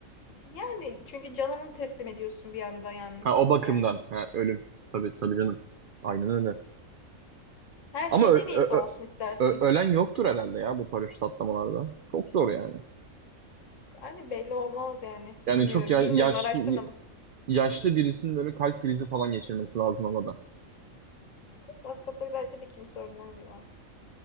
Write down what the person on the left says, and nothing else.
Yani çünkü canını teslim ediyorsun bir anda yani.
Yani
her
şeyin
en iyisi
olsun
istersin.
Yani belli olmaz yani.
Bilmiyorum.
Bilmiyorum.
Araştırmadım.
Hakikaten bence de kimse ölmez ya.